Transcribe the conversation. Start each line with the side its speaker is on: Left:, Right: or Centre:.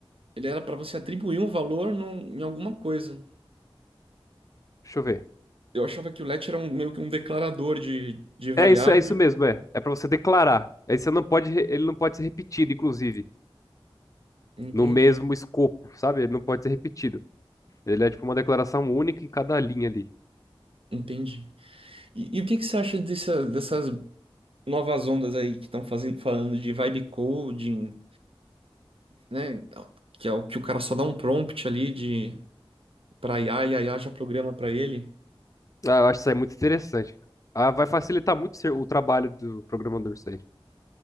Right: ele era para você atribuir um valor num- em alguma coisa.
Left: Deixa eu ver.
Right: Eu achava que o LET era um- meio que um declarador de, de variável.
Left: É isso, é isso
Right: e-
Left: mesmo, é. É pra você declarar. Aí você não pode, re- ele não pode ser repetido, inclusive,
Right: Entendi,
Left: no mesmo escopo, sabe? Ele não pode ser repetido. Ele é tipo uma declaração única em cada linha ali.
Right: entendi. E, e o que que você acha dessa- dessas novas ondas aí que estão fazendo falando de vibe coding, né? Que é o que o cara só dá um prompt ali de para IA e a IA já programa para ele?
Left: Ah, eu acho isso aí muito interessante. Ah, vai facilitar muito ser- o trabalho do programador isso aí.